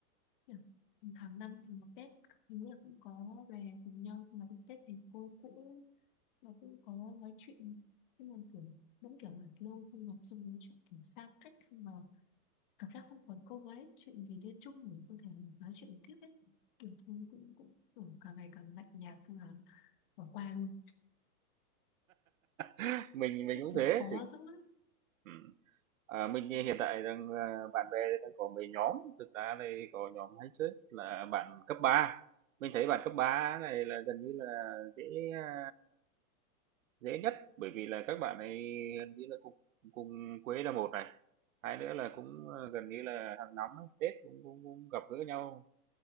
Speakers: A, on the left; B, on the right.
A: Được. Tháng năm thì một Tết các thứ là cũng có về cùng nhau xong là đến Tết thì cô cũng là cũng có nói chuyện nhưng mà kiểu đúng kiểu là lâu không gặp xong nói chuyện kiểu xa cách xong mà cảm giác không còn cô ấy chuyện gì liên chung để có thể nói chuyện tiếp ấy kiểu thôi cũng cũng kiểu càng ngày càng lạnh nhạt xong là bỏ qua luôn
B: <laughs> Mình mình
A: chứ
B: cũng
A: kiểu
B: thế,
A: khó
B: thì
A: dữ lắm
B: ừm, à, mình hiện tại rằng, ờ, bạn bè đang có mấy nhóm, thực ra đây có nhóm hay chơi là bạn cấp ba Mình thấy bạn cấp 3 này là gần như là dễ, ờ, Dễ nhất, bởi vì là các bạn này gần như là cùng cùng quê là một này, hai nữa là cũng, ờ, gần như là hàng năm Tết cũng cũng cũng gặp gỡ nhau,